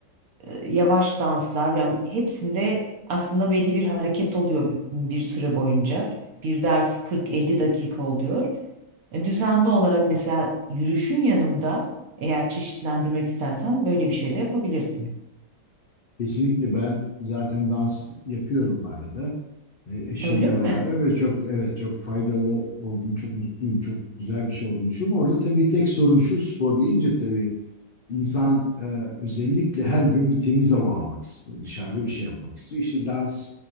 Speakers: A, on the right; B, on the left.
A: e, yavaş danslar yani hepsinde aslında belli bir hareket oluyor bir bir süre boyunca. Bir ders 40-50 dakika oluyor. E, Düzenli olarak mesela yürüyüşün yanında eğer çeşitlendirmek istersen böyle bir şey de yapabilirsin.
B: Kesinlikle ben zaten dans yapıyorum arada e, eşimle
A: Öyle
B: beraber
A: mi?
B: ve çok evet çok faydalı oldum, çok mutluyum, çok güzel bir şey olmuşum. Orada tabii tek sorun şu spor deyince tabii insan e, özellikle her gün bir temiz hava almak istiyor, dışarıda bir şey yapmak istiyor. İşte dans